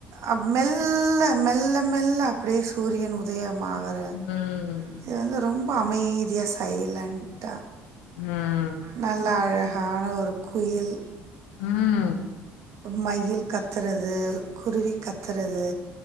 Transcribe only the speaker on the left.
உம்
உம்
ம்